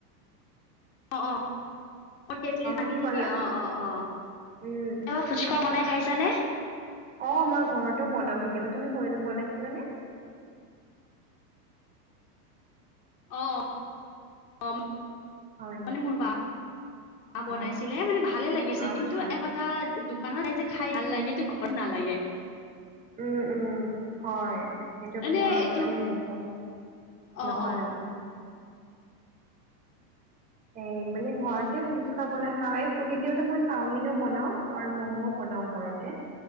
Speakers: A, on the left; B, on the right.
A: অহ অহ অ তেতলিৰ পানীটো
B: কি ক'লা
A: দিয়ে অহ অহ কেতিয়াবা
B: উম,
A: ফুচকা বনাই খাইছানে
B: অহ মই ঘৰতো বনাও কেতিয়াবা তুমি বনাইছিলানে
A: অহ অহ
B: হয় নেকি
A: মানে মোৰ বাঁ বনাইছিলে
B: অ',
A: মানে ভালে লাগিছে
B: আচ্ছা
A: কিন্তু এটা কথা দো কাৰন এই যে খাই ভাল লাগে কিন্তু ঘৰত নালাগে
B: উম উম হয় সেইটো
A: এনে
B: ঘৰত
A: এইটো
B: মানে সেনেকোৱা নাই।
A: অ
B: নহয়
A: অ
B: আৰু। এ মানে ঘৰতে ফুচকা বনাই খাও কেতিয়াতো মই চাওমিনও বনাও আৰু ম'ম'ও বনা। ন ঘৰত। তে